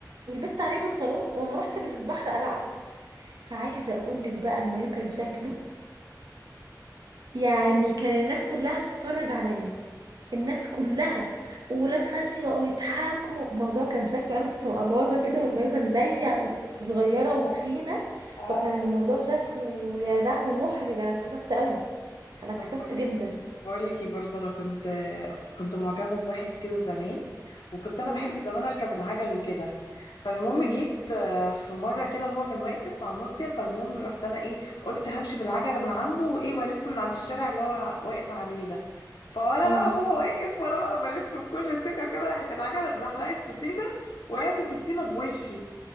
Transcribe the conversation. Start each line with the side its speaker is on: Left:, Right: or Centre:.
Right: ولبست عليه بنطلون وأما رحت البحر قلعت فعايزه اقول لك بقى المايو كان شكله يعني كان الناس كلها بتتفرج عليا الناس كلها وولاد خالتي بقوا يضحكوا الموضوع كان شكله انا كنت مقلوظه كده والمايو كان ضيق وكنت صغيره
Left: اه
Right: وتخينه
Left: عسل
Right: فكان الموضوع شكله يا لهوي محرج انا اتكسفت قوي انا اتكسفت
Left: طب بقول
Right: جدا
Left: لك بقول لك ايه برضه انا كنت كنت معجبه بواحد كده زمان وكنت انا
Right: امم
Left: بحب زمان اركب العجل وكده فالمهم
Right: امم
Left: جيت آه، في مره كده هو كان واقف على الناصيه فالمهم رحت انا ايه قلت همشي بالعجله من عنده وايه والف من عند الشارع اللي هو واقف عليه ده فانا
Right: امم
Left: بقى هو واقف وانا بقى بلف بكل ثقه كده راحت العجله اتزحلقت في طينه وقعت في الطينه بوشي